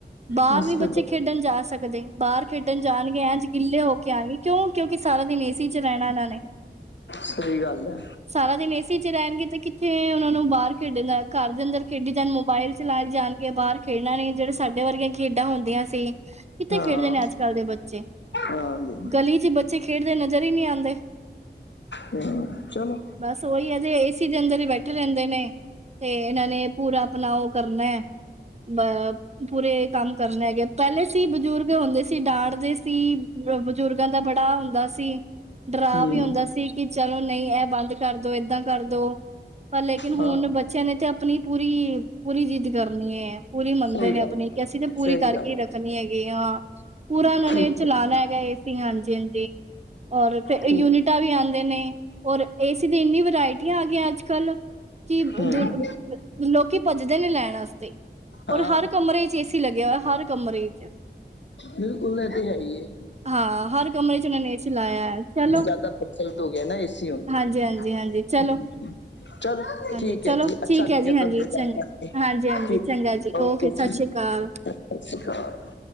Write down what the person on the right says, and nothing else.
ਬਾਰ
ਨੀ ਬੱਚੇ
ਖੇਡਣ ਜਾ ਸਕਦੇ ਬਾਰ ਖੇਡਣ ਜਾਣਗੇ ਐਂ ਜਕੀਲੇ ਹੋ ਕੇ <unintelligible> ਕਿਉਂ ਕਿਉਂਕੀ ਸਾਰਾ ਦਿਨ ਏਸੀ ਚ ਰੈਣਾ ਏਨਾਂ ਨੇ।
ਸਾਰਾ ਦਿਨ ਏ ਸੀ ਚ ਰੈਣਗੇ ਤੇ ਕਿੱਥੇ ਓਨਾਂ ਨੂੰ ਬਾਰ ਖੇਡਣ ਦਾ ਘਰ ਦੇ ਅੰਦਰ ਖੇਡੀ ਜਾਣ ਮੋਬਾਇਲ ਚਲਾਈ ਜਾਣਗੇ ਬਾਰ ਖੇਡਣਾ ਲਈ ਜੇੜੇ ਸਾਡੇ ਵਰਗੀਆਂ ਖੇਡਾਂ ਹੁੰਦੀਆਂ ਸੀ ਕਿੱਥੇ
ਖੇਡਦੇ ਨੇ ਅੱਜ-ਕੱਲ ਦੇ ਬੱਚੇ
ਗਲੀ ਚ ਬੱਚੇ ਖੇਡਦੇ ਨਜ਼ਰ ਈ ਨੀ ਆਂਦੇ।
ਬਸ ਓਈ ਐ ਜੇ ਏਸੀ ਦੇ ਅੰਦਰ ਹੀ ਬੈਠੇ ਰੈਂਦੇ ਨੇ। ਤੇ ਏਨਾਂ ਨੇ ਪੂਰਾ ਆਪਣਾ ਓ ਕਰਨੈ ਬ ਪੂਰੇ ਕੰਮ ਕਰਨੇ ਹੈਗੇ ਪੈਲੇ ਸੀ ਬਜ਼ੁਰਗ ਹੁੰਦੇ ਸੀ ਡਾਂਟਦੇ ਸੀ। ਅ ਬਜ਼ੁਰਗਾਂ ਦਾ ਬੜਾ ਹੁੰਦਾ ਸੀ। ਡਰਾ
ਵੀ ਹੁੰਦਾ ਸੀ ਕੀ ਚਲੋ ਨਈ ਐ ਬੰਦ ਕਰਦੋ ਏਦਾਂ ਕਰਦੋ। ਪਰ ਲੇਕਿਨ ਹੁਣ
ਬ ਚਿਆਂ ਨੇ ਤੇ ਆਪਣੀ ਪੂਰੀ-ਪੂਰੀ ਜਿੱਦ ਕਰਨੀ ਐ ਪੂਰੀ ਮੰਨਦੇ
ਨੇ
ਆਪਣੀ
ਕੇ ਅਸੀਂ ਤੇ ਪੂਰੀ
ਕਰ
ਕੇ ਰੱਖਣੇ ਹੈਗੇ ਆ ਪੂਰਾ ਉਨਾਂ
ਨੇ ਚਲਾਣਾ
ਹੈਗਾ ਏ ਸੀ ਹਾਂਜੀ-ਹਾਂਜੀ। ਔਰ ਫ
ਯੂਨਿਟਾ ਵੀ ਆਂਦੇ ਨੇ ਔਰ ਏਸੀ ਦੀ ਇੰਨੀ ਵਰਾਇਟੀਆਂ ਆ ਗਿਐ ਅੱਜ-ਕੱਲ
ਦ ਲੋਕੀ ਭੱਜਦੇ ਨੇ ਲੈਣ ਵਾਸਤੇ
ਔਰ ਹਰ ਕਮਰੇ ਚ ਏ ਸੀ ਲੱਗਿਆ ਹੋਇਆ ਹਰ ਕਮਰੇ ਚ।
ਹਾਂ ਹਰ ਕਮਰੇ ਚ ਉਹਨਾਂ ਨੇ ਏਸੀ ਲਾਇਆ ਹੈ। ਚਲੋ
ਹਾਂਜੀ ਹਾਂਜੀ ਹਾਂਜੀ ਚਲੋ
ਹਾਂਜੀ
ਚਲੋ
ਠੀਕ ਹੈ
ਜੀ
ਹਾਂਜੀ ਚੰਗਾ
ਹਾਂਜੀ ਹਾਂਜੀ
ਚੰਗਾ ਜੀ
ਸਤਿ
ਸ਼੍ਰੀ ਅਕਾਲ